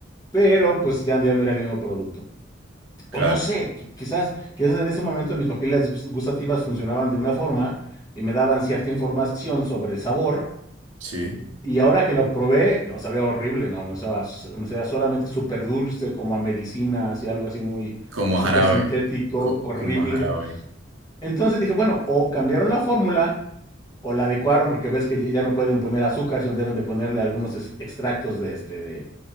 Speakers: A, on the left (about 20°); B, on the right (about 80°).
A: pero pues ya, ya no era el mismo producto.
B: Claro,
A: O no sé, qui- quizás, quizás en ese momento mis papilas gus- gustativas funcionaban de una forma y me daban cierta información sobre el sabor
B: sí.
A: y ahora que lo probé, no, sabía horrible, no, me sabía, me sabía solamente súper dulce, como a medicina, así algo así muy
B: Como
A: súper
B: a jarabe.
A: sintético,
B: co-
A: horrible.
B: como a jarabe.
A: Entonces dije, bueno, o cambiaron la fórmula o la adecuaron, porque ves que ya ya no pueden poner azúcar, sino deben de ponerle algunos es- extractos de este, de,